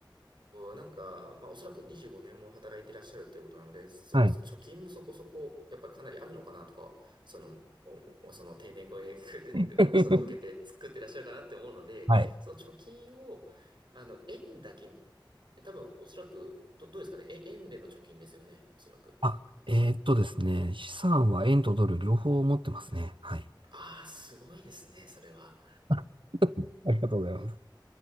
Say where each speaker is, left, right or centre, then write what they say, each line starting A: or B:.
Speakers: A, on the right; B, on the right.
A: こうなんか、まあ、おそらく25年も働いていらっしゃるということなので、やっぱ貯金もそこそこ、
B: はい。
A: やっぱかなりあるのかなとか、その、おその定年後へ <laughs>
B: <laughs>
A: その向けて作ってらっしゃるかなって思うので、
B: はい。
A: その貯金を、あの、円だけ、多分おそらく、ど、どうですかね、え円での貯金ですよね、おそらく。
B: あ、えーっとですね。資産は円とドル両方持ってますね。はい。
A: ああ、すごいですね、それは。
B: あありがとうございます。